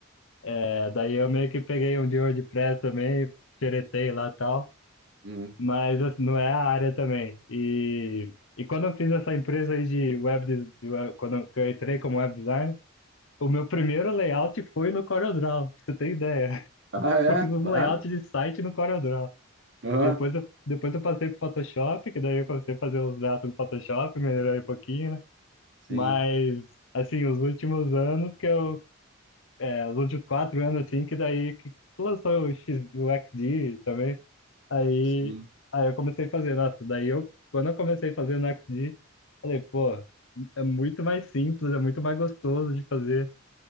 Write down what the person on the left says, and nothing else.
É, daí eu meio que peguei um de WordPress também, xeretei lá e tal,
mas assim, não é a área também. E, e quando eu fiz essa empresa aí de web, de, de web- quando eu que eu entrei como web designer, o meu primeiro layout foi no CorelDRAW, pra você ter ideia. <laughs>
Eu fiz um
layout de site no CorelDRAW.
Depois eu, depois eu passei pro Photoshop, que daí eu comecei a fazer os gatos no Photoshop, melhorei um pouquinho, né?
Mas, assim, os últimos anos que eu. É, os últimos quatro anos, assim, que daí que lançou o, X, o XD também. Aí,
aí eu comecei a fazer. Nossa, daí eu. Quando eu comecei a fazer no XD, falei, pô, é muito mais simples, é muito mais gostoso de fazer.